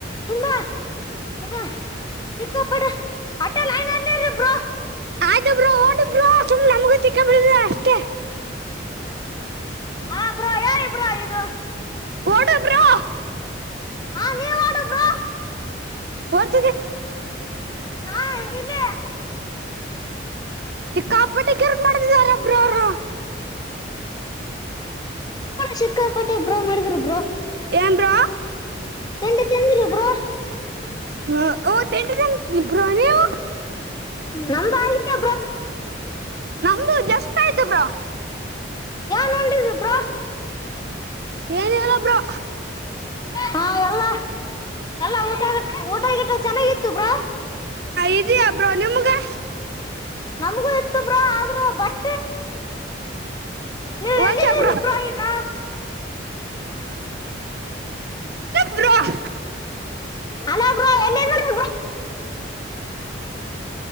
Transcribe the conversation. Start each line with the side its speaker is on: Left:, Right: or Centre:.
Left: ತುಂಡ ಇದ ಸಿಕ್ಕಾಪಟ್ಟೆ ಅಷ್ಟೇ ಲೈನಲ್ಲಿ ಇರಿ ಬ್ರೋ
Right: ಆಯ್ತ ಬ್ರೋ ಓಡಿ ಬ್ರೋ ಸುಮ್ ನಮ್ಗ ತಿಕ್ಕ್ ಪಡಿತತೆ ಅಷ್ಟೇ
Left: ಹಾ ಬ್ರೋ ಹೇಳಿ ಬ್ರೋ ಇದು
Right: ಓಡು ಬ್ರೋ
Left: ಹಾ ನೀವ್ ಆಡು ಬ್ರೋ
Right: ಓಡ್ತ್
Left: ನಾ ಇಲ್ಲಿ
Right: ಸಿಕ್ಕಾಪಟ್ಟಿ ಕಿರಿಕ್ ಮಾಡ್ತಿದಾರೆ ಬ್ರೋ ಅವರ
Left: ಸಿಕ್ಕಾಪಟ್ಟೆ ಬ್ರೋ ಮಾಡಿದರು ಬ್ರೋ
Right: ಏನ್ ಬ್ರೋ
Left: ತಿಂಡಿ ತಿಂದ್ರ ಬ್ರೋ
Right: ಹ್ಮ ತಿಂಡಿ ತಿಂದೆ ಬ್ರೋ ನೀವು
Left: ನಮ್ದ್ ಆಯ್ತು
Right: ನಮ್ದು ಜಸ್ಟ್ ಆಯ್ತ ಬ್ರೋ
Left: ಏನ್ ಉಂಡಿದ್ದಿ ಬ್ರೋ
Right: ಏನಿಲ್ಲ ಬ್ರೋ
Left: ಹಾ ಎಲ್ಲ ಎಲ್ಲ ಊಟ ಗೀಟ ಚೆನ್ನಾಗಿತ್ತು ಬ್ರೋ
Right: ಈಜಿ ಬ್ರೋ ನಿಮಗೆ
Left: ನಮ್ಗೂ ಇತ್ತು ಬ್ರೋ ಆದ್ರ ಬಟ್ಟ ನೀವ್
Right: ಓಕೆ
Left: ಎಲ್ಲಿದ್ದೀರಿ
Right: ಬ್ರೋ <inaudible>
Left: ಈಗ
Right: ಬ್ರೋ <unintelligible>
Left: ಹೆಲೋ ಬ್ರೋ ಎಲ್ಲಿದ್ರಿ ಬ್ರೋ